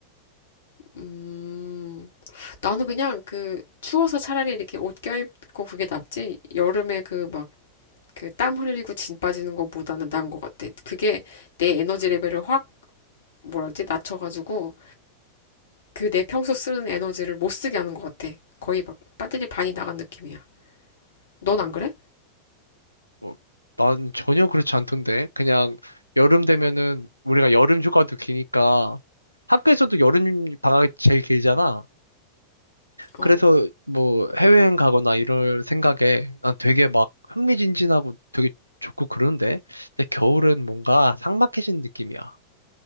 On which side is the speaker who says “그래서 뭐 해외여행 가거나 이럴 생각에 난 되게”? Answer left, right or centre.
Left